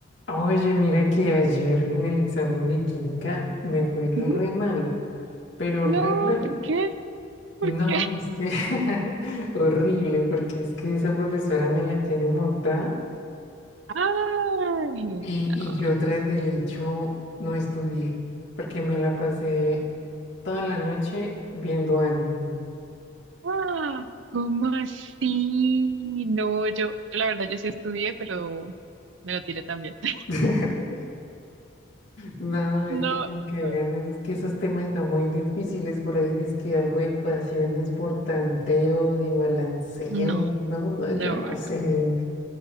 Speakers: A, on the left (about 70°); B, on the right (about 75°).
A: Oye, mira que ayer en el examen de química me fue re
B: Ujú.
A: mal, pero
B: No,
A: re mal.
B: ¿por qué? ¿Por
A: No,
B: qué?
A: es que <laughs> horrible, porque es que esa profesora me la tiene montada
B: Ay,
A: y,
B: no.
A: y yo tras del hecho no estudié, porque me la pasé toda la noche viendo anime.
B: Ah, ¿cómo así? No, yo, yo la verdad, yo sí estudié, pero me lo tiré también. <laughs>
A: <laughs> No, es
B: No,
A: que con qué
B: no,
A: ganas, es que esos temas están muy difíciles por ahí, dice que algo de ecuaciones por tanteo, de balanceo,
B: no,
A: no, no,
B: no.
A: yo no sé.